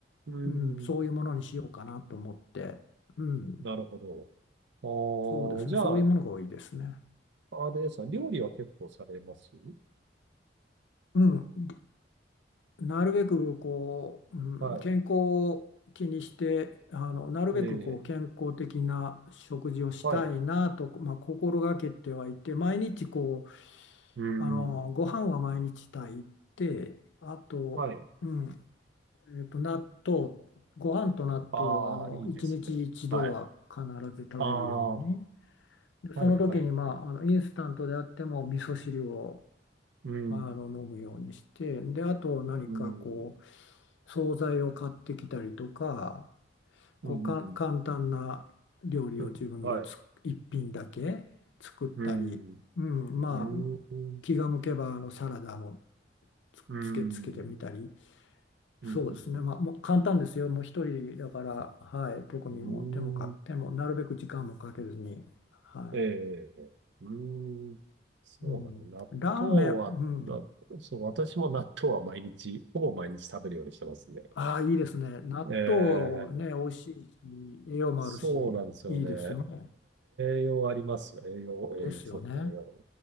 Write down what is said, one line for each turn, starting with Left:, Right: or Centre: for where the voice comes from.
Right: ーん、
Left: うん、そういうものにしようかなと思って、うん、
Right: なるほど。ああ、
Left: そうですね、
Right: じゃあ、
Left: そういうものが多いですね。
Right: あれですか、料理は結構されます
Left: うん、なるべくこう、うん、
Right: は
Left: 健康を気にしてあのなるべくこう健康的な食事をしたいなと、
Right: い。ええ、はい。う
Left: まあ、心がけてはいて毎日こう
Right: ーん、
Left: あのご飯は毎日炊いてあと、
Right: はい。
Left: うんえっと納豆ご飯と納豆はあの1日1度は必ず食べるように
Right: ああ、いいですね。はい。ああ、は
Left: でその時に、
Right: いはい。
Left: まあ、あのインスタントであっても味噌汁を
Right: うん、
Left: あの飲むようにして、で、あと何かこう、
Right: うん、
Left: 惣菜を買ってきたりとか、
Right: うん、
Left: こうか簡単な料理を自分でつ一品だけ作ったり、
Right: うん、はい。うん、
Left: うん、まあ
Right: うーん。
Left: 気が向けばあのサラダもつ、
Right: うーん。
Left: つけつけてみたり、
Right: うん、
Left: そうですね、
Right: うん、うん、
Left: まあもう簡単ですよ、
Right: う
Left: もう一人だから、はい、特にもう手もか、
Right: ん。うーん。
Left: 手もなるべく時間もかけずに、は
Right: ええうーん。そうなの。
Left: い、うん、
Right: 納豆は、
Left: ラーメン、うん
Right: あそう、私も納豆は毎日、ほぼ毎日食べるようにしてますね。
Left: ああ、いいですね。納豆ね、
Right: ええ
Left: 美味しいし、栄養もあるし、
Right: そうなんですよね。
Left: いいですよね。
Right: ええ栄養ありますよ。栄養、
Left: ですよね。
Right: 栄養、そうですね。栄養